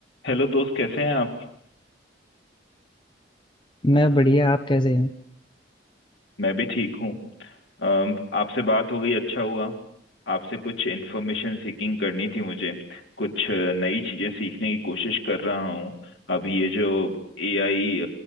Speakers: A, on the left; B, on the left.
A: Hello दोस्त कैसे हैं आप
B: मैं बढ़िया आप कैसे हैं
A: मैं भी ठीक हूँ अम, आपसे बात हो गई अच्छा हुआ आपसे कुछ इन्फॉर्मेशन सीकिंग करनी थी मुझे कुछ अ, नई चीज़ें सीखने की कोशिश कर रहा हूँ अभी ये जो एआई